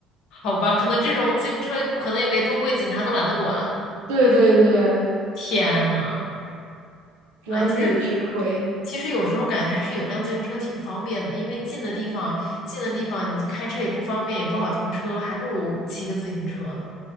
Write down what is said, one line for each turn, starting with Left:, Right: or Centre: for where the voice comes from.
Left: 好吧，可能这种自行车可能也没多贵，警察都懒得管。
Right: 对对对，
Left: 天呐，
Right: 只能自己吃亏。
Left: 哎，其实其实有时候感觉还是有辆自行车挺方便的，因为近的地方近的地方你开车也不方便，也不好停车，还不如骑个自行车呢。